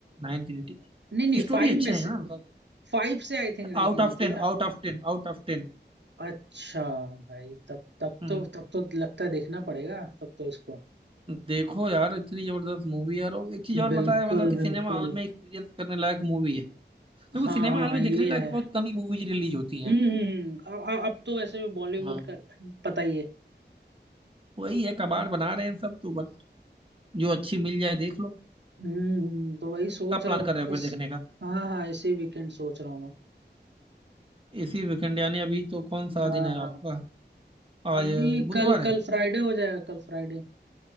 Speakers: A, on the right (about 30°); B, on the right (about 75°).
A: नाइन की रेटिंग
B: नहीं नहीं
A: है स्टोरी
B: फाइव
A: अच्छा
B: में
A: है
B: से
A: ना मतलब
B: फाइव से आई थिंक रेटिंग
A: Out of
B: होती
A: टेन
B: है ना
A: out of ten out of ten
B: अच्छा भाई तब तब
A: Hmm
B: तो तब तो लगता है देखना पड़ेगा तब तो इसको
A: देखो यार इतनी जबरदस्त मूवी है और एक चीज और
B: बिल्कुल
A: पता है मतलब कि सिनेमा
B: बिल्कुल
A: हॉल में एक्सपीरियंस करने लायक मूवी है देखो
B: हाँ
A: सिनेमा
B: हाँ
A: हॉल में
B: ये
A: देखने लायक
B: है
A: बहुत कम ही मूवीज रिलीज होती
B: हम्म
A: हैं
B: हम्म हम्म, अब अब अब तो वैसे भी बॉलीवुड
A: हाँ
B: का पता ही है
A: वही है कबाड़ बना रहे हैं सब तो बट जो अच्छी मिल जाए देख लो
B: हम्म हम्म, तो वही सोच
A: कब प्लान
B: रहा हूँ
A: कर रहे हो फिर
B: इस
A: देखने का
B: हाँ हाँ इसी वीकेंड सोच रहा हूँ
A: इसी वीकेंड यानी अभी तो कौन सा
B: मैं हाँ
A: दिन है
B: हाँ
A: आपका आज
B: अभी
A: बुधवार
B: कल
A: है
B: कल फ्राइडे हो जाएगा कल फ्राइडे